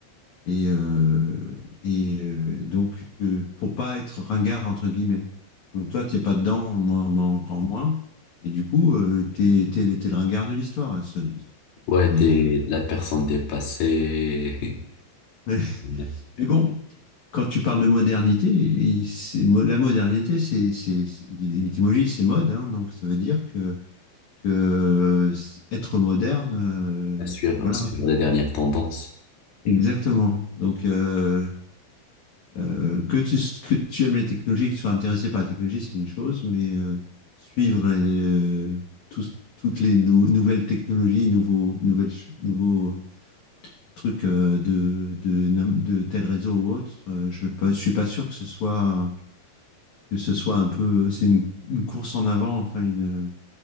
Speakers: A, on the left; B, on the left.
A: et euh, et euh, donc euh, pour pas être ringard entre guillemets donc toi t'es pas dedans moi, moi encore moins et du coup euh, t'es t'es le t'es le ringard de l'histoire hein, ce-
B: Ouais,
A: mais
B: t'es
A: euh,
B: la personne dépassée
A: <laughs>
B: <laughs>
A: Mais bon, quand tu parles de modernité, il- c'est- mo- la modernité, c'est, c'est, c'est- l'étymologie, c'est mode, hein, donc ça veut dire que, que c'est- être moderne, euh,
B: à suivre,
A: voilà,
B: suivre les dernières tendances.
A: exactement. Donc, euh, euh, que tu, s- que tu aimes les technologies, que tu sois intéressé par la technologie, c'est une chose, mais euh, suivre euh, tous- toutes les nou- nouvelles technologies, nouveaux, nouvelles, ch- nouveaux euh, trucs euh, de, de, nom- de tel réseau ou autre, euh, je ne suis pas sûr que ce soit que ce soit un peu, c'est une, une course en avant, enfin une